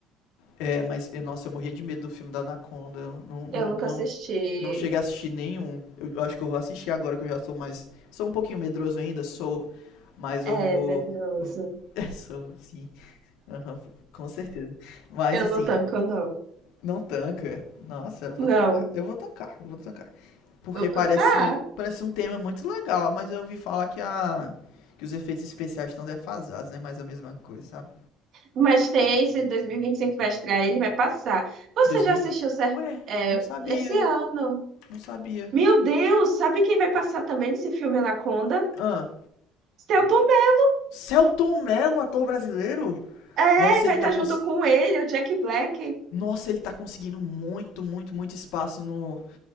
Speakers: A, on the left; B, on the right.
A: É, mas, eu- nossa, eu morria de medo do filme da Anaconda. Eu não, não,
B: Eu nunca
A: não,
B: assisti.
A: não cheguei a assistir nenhum. Eu, eu acho que eu vou assistir agora que eu já sou mais. Sou um pouquinho medroso ainda, sou. Mas
B: É,
A: eu vou.
B: medroso.
A: eu vou- <laughs> sou, sim. Aham, com certeza. Mas
B: Eu
A: assim,
B: não tanco, não.
A: Não tanca. Nossa, era pra
B: Não.
A: tancar. Eu vou tancar, eu vou tancar. Porque
B: Eu-
A: parece,
B: eu- Tá.
A: parece um tema muito legal, mas eu ouvi falar que a que os efeitos especiais estão defasados, né? Mais a mesma coisa, sabe?
B: Mas tem esse 2025 que vai estrear, ele vai passar. Você
A: 2000.
B: já assistiu cer-
A: Ué,
B: é,
A: não sabia.
B: esse ano?
A: Não sabia.
B: Meu Deus, sabe quem vai passar também nesse filme Anaconda?
A: Ah,
B: Selton Mello.
A: Celton Mello, ator brasileiro?
B: É,
A: Nossa,
B: vai
A: ele
B: estar
A: tá cons...
B: junto com ele, o Jack Black.
A: Nossa, ele tá conseguindo muito, muito, muito espaço no